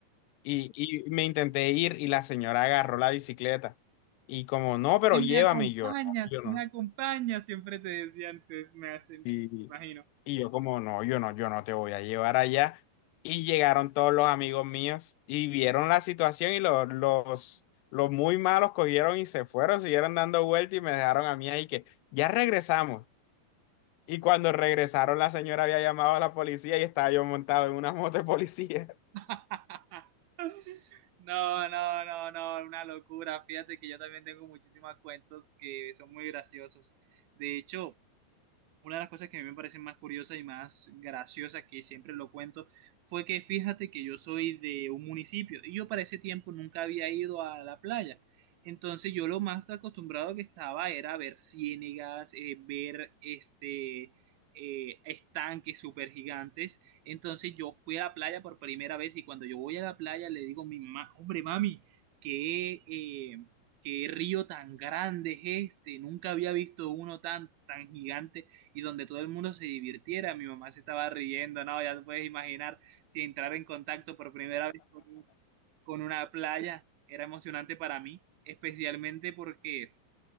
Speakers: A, on the left; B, on the right.
A: Y, y me intenté ir y la señora agarró la bicicleta. Y como, no, pero
B: Y
A: llévame
B: me acompañas,
A: Y yo, no, yo
B: si
A: no.
B: me acompañas, siempre te decían, te- me hacen,
A: Sí.
B: me imagino.
A: Y yo como, no, yo no, yo no te voy a llevar allá. Y llegaron todos los amigos míos y vieron la situación y los, los, los muy malos cogieron y se fueron, siguieron dando vueltas y me dejaron a mí ahí que ya regresamos. Y cuando regresaron la señora había llamado a la policía y estaba yo montado en una moto de policía. <laughs>
B: <laughs> No, no, no, no, una locura. Fíjate que yo también tengo muchísimos cuentos que son muy graciosos. De hecho, Una de las cosas que a mí me parecen más curiosas y más graciosas, que siempre lo cuento, fue que fíjate que yo soy de un municipio y yo para ese tiempo nunca había ido a la playa. Entonces yo lo más acostumbrado que estaba era ver ciénagas, eh, ver este, eh, estanques súper gigantes. Entonces yo fui a la playa por primera vez y cuando yo voy a la playa le digo a mi mamá, hombre, mami, qué, eh, qué río tan grande es este, nunca había visto uno tan, tan gigante y donde todo el mundo se divirtiera. Mi mamá se estaba riendo, no, ya te puedes imaginar, si entrar en contacto por primera vez con, un- con una playa era emocionante para mí, especialmente porque